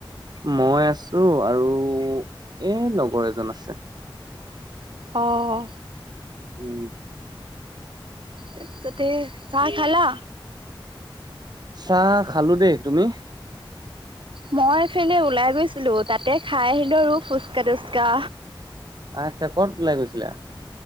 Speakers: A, on the right; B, on the right.
A: মই আছো আৰু এ লগৰ এজন আছে।
B: আহঁ
A: উম
B: তাৰপিছতে চাহ খালা।
A: চাহ খালো দেই তুমি?
B: মই এইফিনে ওলাই গৈছিলো তাতে খাই আহিলো ৰূ ফুচকা তুচকা।
A: আচ্ছা ক'ত ওলাই গৈছিলা?